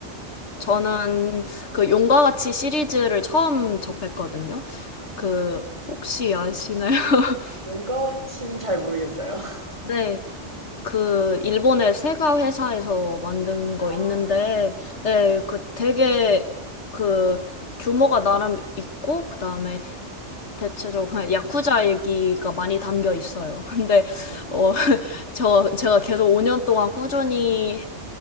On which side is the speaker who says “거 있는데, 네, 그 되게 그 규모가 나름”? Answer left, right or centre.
Left